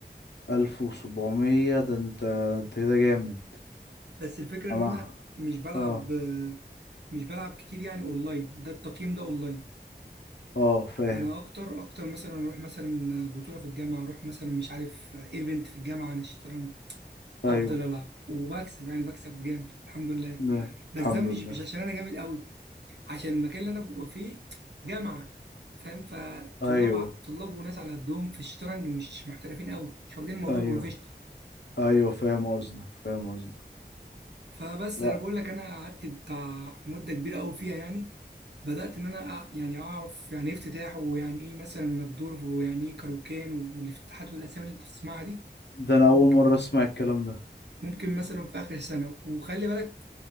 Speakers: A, on the left; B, on the right.
A: 1700 ده انت ده انت كده جامد
B: بس الفكرة
A: انا
B: ان انا مش بلعب
A: اه
B: مش بلعب كتير يعني اونلاين ده التقييم ده اونلاين
A: اه فاهم
B: انا اكتر اكتر مثلا اروح مثلا بطولة في الجامعة اروح مثلا مش عارف ايفنت في الجامعة عن الشطرنج
A: ايوه
B: افضل العب وبكسب يعني بكسب جامد الحمد لله
A: ده
B: بس
A: الحمد
B: ده مش
A: لله
B: مش عشان انا جامد قوي عشان المكان اللي انا ببقى فيه جامعة فاهم فطلاب
A: ايوه
B: ع- طلاب وناس على قدهم في الشطرنج مش محترفين قوي مش واخدين الموضوع
A: ايوه
B: بروفيشنال
A: ايوه فاهم قصدك فاهم قصدك
B: فبس
A: لا
B: انا بقول لك انا قعدت بتاع مدة كبيرة قوي فيها يعني بدأت إن أنا أع- يعني أعرف يعني إيه افتتاح ويعني إيه مثلا نجدورف ويعني إيه كاروكان والافتتاحات والأسامي اللي أنت بتسمعها دي
A: ده انا اول
B: ممكن
A: مرة اسمع الكلام ده
B: ممكن مثلا في آخر سنة وخلي بالك